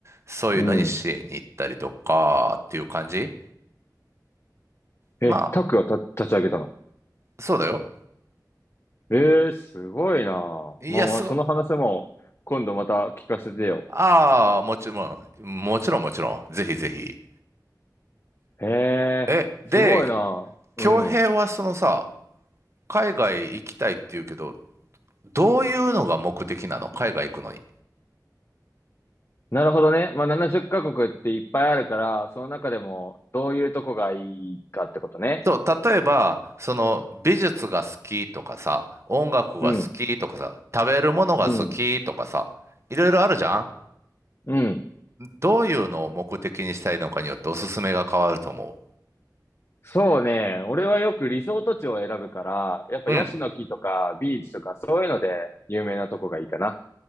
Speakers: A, on the right; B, on the left.
A: そういうのに支援に行ったりとか、
B: うん。
A: っていう感じまあ、
B: え、タックがた立ち上げたの。
A: そうだよ。
B: えー、すごいなあ。
A: いや、
B: まあまあ、
A: すごい、
B: その話も今度また聞かせてよ。
A: ああ、もちろん、もちろんもちろん。ぜひぜひ。
B: へえ、
A: え、で、
B: すごいな。うん。
A: 恭平はそのさ、海外行きたいって言うけど、どういうのが目的なの海外行くのに。
B: なるほどね。まあ、70カ国っていっぱいあるから、その中でもどういうとこがいいかってことね。
A: そう、例えば、その美術が好きとかさ、音楽が好きとかさ、
B: うん、
A: 食べるものが好きとかさ、
B: うん、
A: いろいろあるじゃん
B: うん。
A: どういうのを目的にしたいのかによっておすすめが変わると思
B: そうね。俺はよくリゾート地を選ぶから、やっぱヤシの木とかビーチとかそういうので有名なとこがいいかな。
A: う。うん。